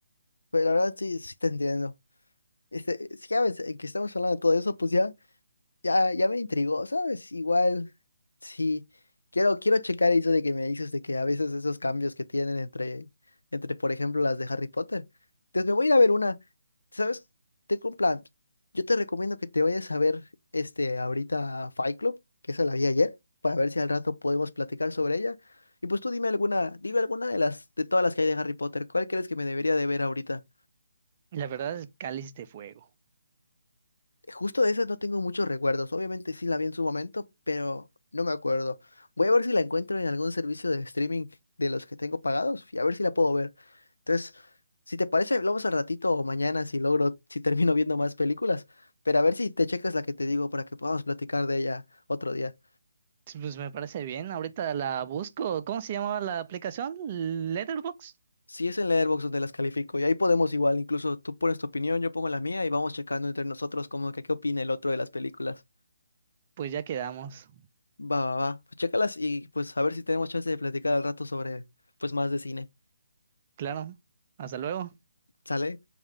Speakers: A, on the left; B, on the right.
A: Pero la verdad sí, sí te entiendo. Este, si ya ves eh, que estamos hablando de todo eso, pues ya Ya, ya me intrigó, ¿sabes? Igual, sí. Quiero, quiero checar eso de que me dices de que a veces esos cambios que tienen entre, entre, por ejemplo, las de Harry Potter. Entonces me voy a ir a ver una. ¿Sabes? Tengo un plan. Yo te recomiendo que te vayas a ver este ahorita a Fight Club, que esa la vi ayer, para ver si al rato podemos platicar sobre ella. Y pues tú dime alguna, dime alguna de las, de todas las que hay de Harry Potter. ¿Cuál crees que me debería de ver ahorita?
B: La verdad es Cáliz de Fuego.
A: Justo de esas no tengo muchos recuerdos. Obviamente sí la vi en su momento, pero no me acuerdo. Voy a ver si la encuentro en algún servicio de streaming de los que tengo pagados y a ver si la puedo ver. Entonces, si te parece, hablamos al ratito o mañana si logro, <laughs> si termino viendo más películas. Pero a ver si te checas la que te digo para que podamos platicar de ella otro día.
B: Sí, Pues me parece bien, ahorita la busco. ¿Cómo se llamaba la aplicación? Letterbox
A: Si es en Letterboxd donde las califico y ahí podemos igual, incluso tú pones tu opinión, yo pongo la mía y vamos checando entre nosotros como que qué opina el otro de las películas.
B: Pues ya quedamos.
A: Va, va, va. Pues chécalas y pues a ver si tenemos chance de platicar al rato sobre pues más de cine.
B: Claro, hasta luego.
A: ¿Sale?